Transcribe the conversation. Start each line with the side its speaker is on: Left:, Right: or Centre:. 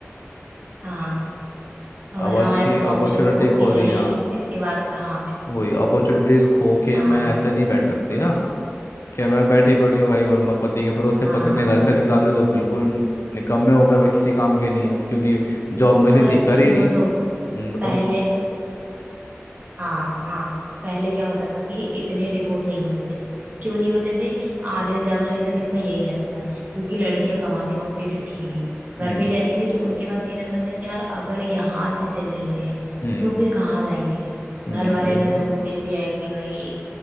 Right: हाँ और
Left: अब
Right: हमारे
Left: अच्छी
Right: पास ऑप्शन
Left: अपॉर्चुनिटी
Right: तो हो कि
Left: खो
Right: भाई
Left: दी हाँ
Right: इसके बाद कहाँ
Left: वही अपॉर्चुनिटीज खो के
Right: हाँ
Left: मैं ऐसे नहीं बैठ सकती
Right: तो
Left: ना क्या मैं बैठी पड़ी हूँ भाई वर्मा पति के भरोसे
Right: हाँ
Left: पति ने घर से निकाल दिया तो बिल्कुल निकम्मे हो गए भाई किसी काम के नहीं है अब क्योंकि जॉब मिली
Right: और
Left: थी कर
Right: सुनो
Left: ही नहीं
Right: तो
Left: हम्म, बताओ
Right: पहले हाँ हाँ पहले क्या होता था कि इतने डिवोर्स नहीं होते थे क्यों नहीं होते थे आधे से ज्यादा रीजन इसका यही रहता था क्योंकि लड़कियां कमाती वामाती तो थी नहीं
Left: हम्म
Right: घर पे ही रहती थी तो उनके पास ये रहता था कि यार अगर यहाँ से चले गए
Left: हम्म
Right: तो फिर कहाँ जाएंगे
Left: हम्म
Right: घर वाले
Left: ये
Right: ने
Left: तो
Right: जब बोल ही दिया है कि भाई